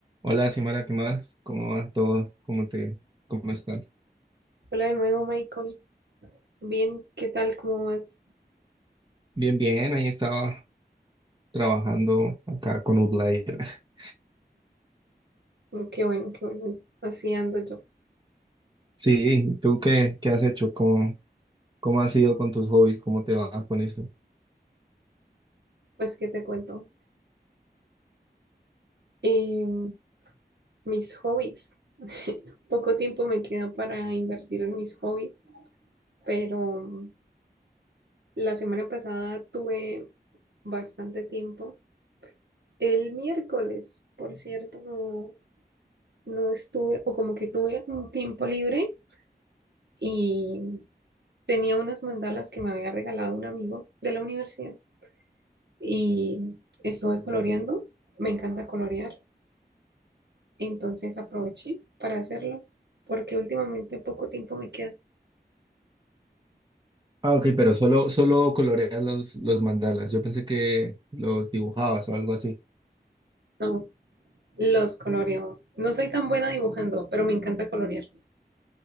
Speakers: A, on the right; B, on the right.
A: Hola, Simara, ¿qué más? ¿Cómo va todo? ¿Cómo te, cómo estás?
B: Hola de nuevo, Michael. Bien, ¿qué tal? ¿Cómo vas?
A: Bien, bien, ahí estaba trabajando acá con Outlier. <laughs>
B: Qué bueno, qué bueno. Así ando yo.
A: Sí, ¿tú qué, qué has hecho? ¿Cómo, cómo has ido con tus hobbies? ¿Cómo te va con eso?
B: Pues, ¿qué te cuento? Em, mis hobbies. <laughs> Poco tiempo me queda para invertir en mis hobbies, pero la semana pasada tuve bastante tiempo. El miércoles, por cierto, no, no estuve, o como que tuve un tiempo libre y tenía unas mandalas que me había regalado un amigo de la universidad. y estuve coloreando. Me encanta colorear, entonces aproveché para hacerlo porque últimamente poco tiempo me queda.
A: Ah, ok, pero solo, solo coloreas los, los mandalas. Yo pensé que los dibujabas o algo así.
B: No, los coloreo. No soy tan buena dibujando, pero me encanta colorear.